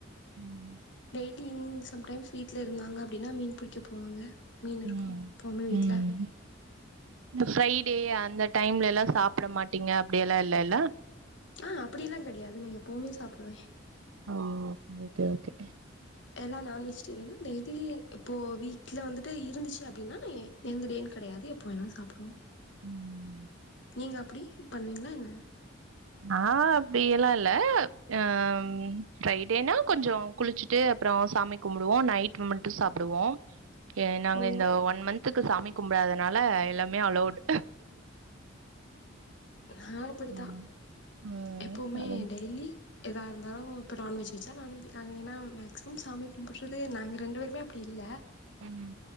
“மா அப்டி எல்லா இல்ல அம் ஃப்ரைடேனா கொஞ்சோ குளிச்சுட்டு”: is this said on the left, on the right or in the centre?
Right